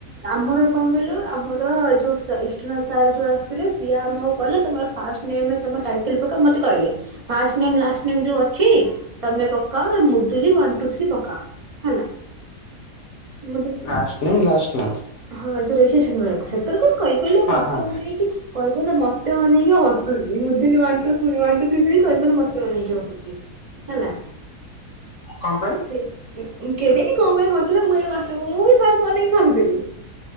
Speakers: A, on the right; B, on the left.
A: ଆମର କଣ କହିଲୁ ଆମର ଯେଉଁ ଇସଟର୍ନାଲ୍ ସାର୍ ଯେଉଁ ଥିଲେ ସିଏ ଆମକୁ କଲେ ତମ ଫାଷ୍ଟ ନେମମ ଶପକ ମତେ କହିଲେ ଫାଷ୍ଟ ନେ ଲା ନେ ଯୋଉ ଅଛି ତୁମେ ପକାଅ ମୁଦୁଲି ୱାନ୍ ଟୁ ଥ୍ରୀ ପକାଅ ହେଲା ମୁଦୁଲି
B: ା ନେ ଲା ନେଁ
A: ହଁ ଯୋଉ ରନ ବେଳକୁ ସେତର କ କହିବାର
B: ହଁ
A: ମତେ
B: ହଁ
A: ନେଇକି କହିବ ମତେ ଅନେଇକି ହସୁଛି ମୁଁଥିଲିା୍ରୀ କିବିଲ ମେ ଅନେଇକିଛି ହେଲା
B: କଣ ପାଇଁ
A: ସେ କେଦିନ କଣ ବଳେ ହସିଲେ ମୁଇଣ ମାସ ମୁଁ ବି ସକୁ ଅନକି ହସିଥିଲି